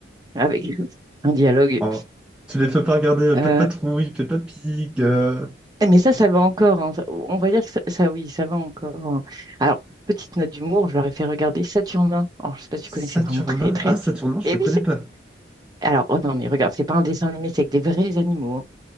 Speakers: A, on the right (about 20°); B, in the centre.
A: avec <laughs> un dialogue.
B: Oh, tu les fais pas regarder euh,
A: Euh,
B: Pat' Patrouille, Peppa Pig, euh,
A: mais ça, ça va encore. hein. Ça- On va dire que ça, ça, oui, ça va encore. hein. Alors, petite note d'humour, je leur ai fait regarder Saturnin. Alors, je sais pas si
B: Saturnin?
A: tu connais, c'est vraiment très, très.
B: Ah, Saturnin, je
A: Et
B: le
A: oui,
B: connais
A: c'est.
B: pas.
A: Alors, oh non, mais regarde, c'est pas un dessin animé, c'est avec des vrais animaux. hein.